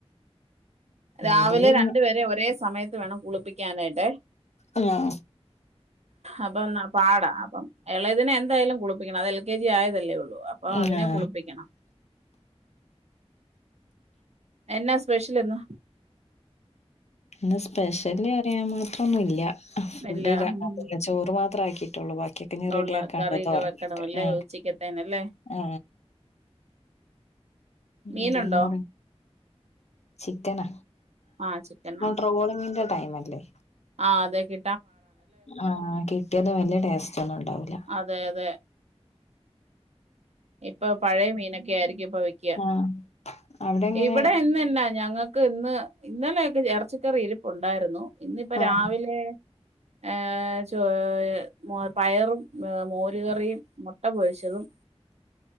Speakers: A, on the right; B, on the left.
A: രാവിലെ
B: ഏതേലും ഒരു
A: രണ്ട് പേരെ ഒരേ സമയ ത്ത് വേണം കുളിപ്പിക്കാനായി ട്ടേ
B: അങ്ങനെ
A: അപ്പം ന്നാ പാടാ അപ്പം ഇളയതിനെ എന്തായാലും കുളിപ്പിക്കണം അത് എൽ കെ ജി ആയതല്ലേ ഒ ള്ളൂ അപ്പൊ
B: ആഹ്
A: അതിനെ കുളിപ്പിക്കണം എന്നാ സ്പെഷ്യലിന്ന്
B: ഇന്ന് സ്പെഷ്യലി അറിയാൻ മാ ത്രൊന്നൂല്ല്യ ഫുഡ്ന്നെ
A: ഇല്ല
B: <unintelligible>
A: ഉം
B: ചോറ് മാത്രം ആക്കി കിട്ടുള്ളു ബാ കിട്ട് ഞ്ഞ് റെഡിയാക്കാണ്ട്
A: ഉള്ള കറിയൊക്കെ
B: ഒന്ന് ഒറങ്ങീട്ട്
A: വെക്കണം അല്ലേ
B: ആ
A: ഉച്ചക്കത്തേനല്ലേ
B: ആ <unintelligible>
A: മീനുണ്ടോ
B: ചിക്കനാ
A: ആഹ് ചിക്കൻ
B: ആ ട്രോളിങ്ങിൻ്റെ ടൈമല്ലേ
A: ആ അതെ കി
B: ആഹ് കിട്ടിയത് വല്യ ടേസ്റ്റ് ഒന്നും ഉണ്ടാവില്ല
A: അതെ അതെ ഇപ്പൊ പഴയ മീനൊക്കെ ആയിരിക്കും ഇപ്പ വിക്ക്യ
B: ആഹ് അവിടെ എങ്ങനെ
A: ഇവിടെ ഇന്ന് എന്നാ ഞങ്ങൾക്ക് ഇന്ന് ഇന്നലെയൊക്കെ എറച്ചിക്കറി ഇരിപ്പ് ഉണ്ടായിരുന്നു ഇന്ന്പ്പ
B: ആഹ്
A: രാവിലെ ഏ ഹേ പയറും ഹേ മോരുകറിയും മൊട്ട പൊരിച്ചതും